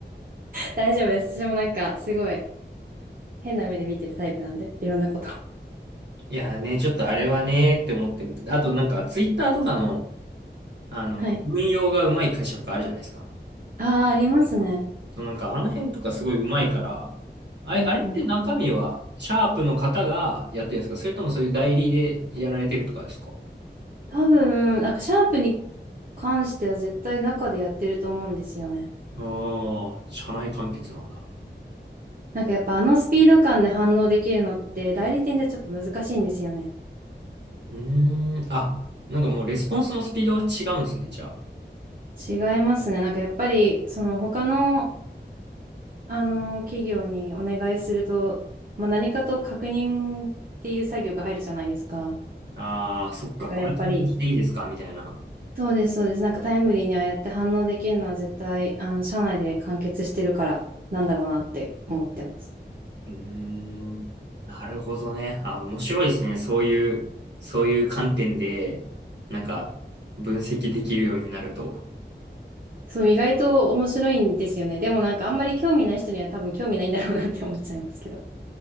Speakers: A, on the right (about 50°); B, on the right (about 70°).
A: 大丈夫です。私もなんか、すごい、変な目で見てるタイプなんで、いろんなこと。
B: いやーね、ちょっとあれはねーって思ってる。あとなんか、ツイッターとかの、あの、
A: はい。
B: 運用がうまい会社とかあるじゃないですか。
A: ああ、ありますね。
B: そうなんかあの辺とかすごい上手いから、あれ、
A: うんうん。
B: あれって中身はシャープの方がやってるんですかそれともそういう代理でやられてるとかですか
A: 多分、なんか、シャープに関しては絶対中でやってると思うんですよね。
B: ああー、社内完結なんだ。
A: なんかやっぱあのスピード感で反応できるのって代理店ではちょっと難しいんですよね。
B: うーん、あ、なんかもうレスポンスのスピードが違うんですね、じゃ
A: 違いますね。なんかやっぱり、その他の、あの、企業にお願いすると、まあ、何かと確認っていう作業が入るじゃないですか。
B: あ。ああ、そっか、
A: だからやっぱり、
B: これ投稿していいですかみたいな。
A: そうです、そうです。なんかタイムリーにああやって反応できるのは絶対、あの、社内で完結してるから、なんだろうなって思ってます。
B: うーん、なるほどね。あ、面白いですね。そういう、そういう観点で、なんか分析できるようになると。
A: そう、意外と面白いんですよね。でもなんかあんまり興味ない人には多分興味ないんだろうなって思っちゃいますけど。